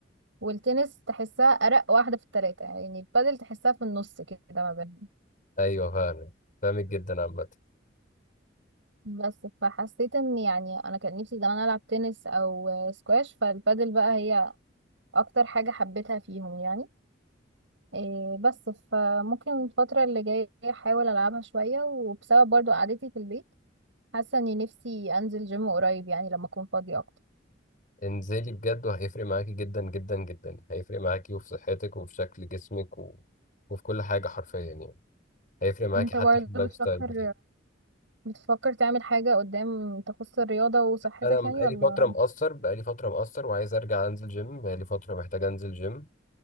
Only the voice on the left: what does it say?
أيوه فاهمك فاهمك جدا عامة
انزلي بجد وهيفرق معاكي جدا جدا جدا هيفرق معاكي وفي صحتك وفي شكل جسمك و... وفي كل حاجة حرفيا يعني هيفرق معاكي
حتى
في اللايف
ستايل بتاعك
انا بقالي
فتره مقصر بقالي فتره مقصر وعايز ارجع انزل جيم بقالي فتره محتاج انزل جيم